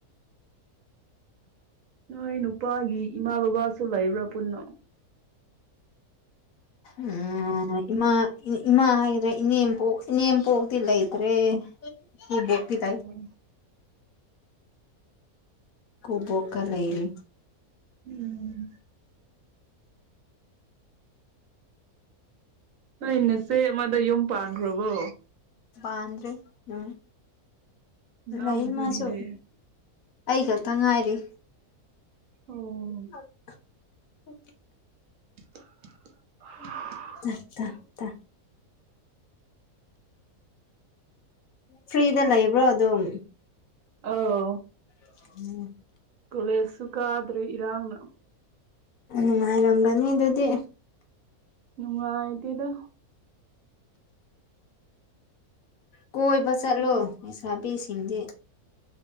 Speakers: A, on the right; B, on the left.
A: ꯅꯣꯏ ꯅꯨꯄꯥꯒꯤ ꯏꯃꯥ ꯕꯕꯥꯁꯨ ꯂꯩꯕ꯭ꯔ ꯄꯨꯟꯅ
B: ꯎꯝ ꯏꯃꯥ ꯏꯃꯥ <unintelligible> ꯏꯅꯦꯝ ꯄꯣꯛ ꯏꯅꯦꯝꯄꯣꯛꯇꯤ ꯂꯩꯇ꯭ꯔꯦ ꯏꯀꯨꯕꯣꯛꯇꯤ ꯂꯩ
A: <inaudible>
B: ꯏꯀꯨꯕꯣꯛꯀ ꯂꯩꯔꯤ
A: ꯎꯝ ꯅꯣꯏ ꯅꯆꯦ ꯑꯃꯗꫭ ꯌꯨꯝ ꯄꯥꯟꯈ꯭ꯔꯕꯣ
B: ꯄꯥꯟꯗ꯭ꯔꯤ ꯎꯝ
A: ꯏꯅꯥꯎꯄꯨꯗꯤꯗꯤ
B: ꯂꯩ ꯃꯥꯁꯨ ꯑꯩ ꯈꯛꯇ ꯉꯥꯏꯔꯤ
A: ꯑꯣ
B: <inaudible>
A: <unintelligible>
B: ꯇ ꯇ ꯇ ꯐ꯭ꯔꯤꯗ ꯂꯩꯕ꯭ꯔꯣ ꯑꯗꯨꯝ
A: ꯑꯧ
B: <inaudible>
A: ꯀꯣꯂꯦꯖ ꯁꯨ ꯀꯥꯗ꯭ꯔꯤ ꯏꯔꯥꯡꯅ
B: ꯅꯨꯡꯉꯥꯏꯔꯝꯒꯅꯤ ꯑꯗꯨꯗꯤ
A: ꯅꯨꯡꯉꯥꯏꯇꯦꯗ
B: ꯀꯣꯏꯕ ꯆꯠꯂꯣ
A: ꯌꯨꯝ
B: ꯂꯩꯁꯥꯕꯤꯁꯤꯡꯗꯤ